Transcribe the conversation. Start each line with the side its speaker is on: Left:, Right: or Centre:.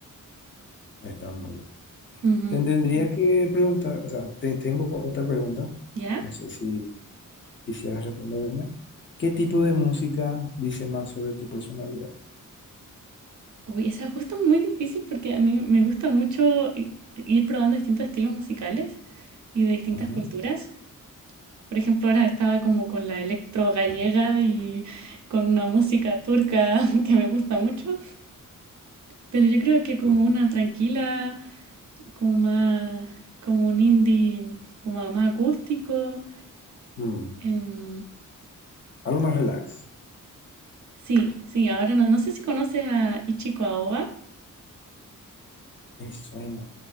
Left: está muy bien.
Right: Ujú.
Left: Te tendría que preguntar, o sea, te tengo otra pregunta.
Right: ¿Ya?
Left: No sé si ¿Quisieras responderme? ¿Qué tipo de música dice más sobre tu personalidad?
Right: Uy, esa es justo muy difícil porque a mí me gusta mucho i- ir probando distintos estilos musicales y de distintas
Left: Ajá.
Right: culturas. Por ejemplo, ahora estaba como con la electro gallega y con una música turca <laughs> que me gusta mucho, pero yo creo que como una tranquila, como más, como un indie, como más acústico.
Left: Mm,
Right: em,
Left: Algo más relax.
Right: sí, sí, ahora no, no sé si conoces a Ichiko Aoba,
Left: Me suena.